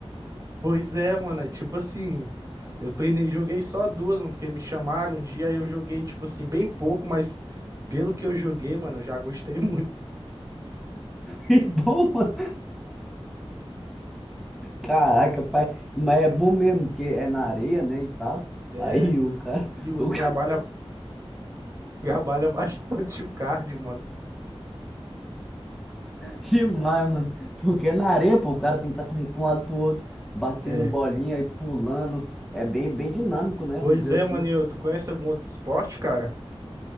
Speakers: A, on the right (about 35°); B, in the centre.
A: pois é, mano, aí, tipo assim, eu treinei, joguei só duas, mano, porque me chamaram um dia, aí eu joguei, tipo assim, bem pouco, mas pelo que eu joguei, mano, eu já gostei <laughs> muito.
B: Que bom, mano. Caraca, pai. Mas é bom mesmo, porque é na areia, né, e tal.
A: É,
B: Aí o cara.
A: e o-
B: o
A: trabalha, <laughs> trabalha bastante o cardio, mano.
B: Demais, mano. Porque é na areia, pô, o cara tem que estar tá correndo pra um lado pro outro, batendo
A: É.
B: bolinha e pulando. É bem, bem dinâmico, né?
A: Pois
B: Vamos dizer
A: é,
B: assim.
A: mano, e eu- tu conhece algum outro esporte, cara?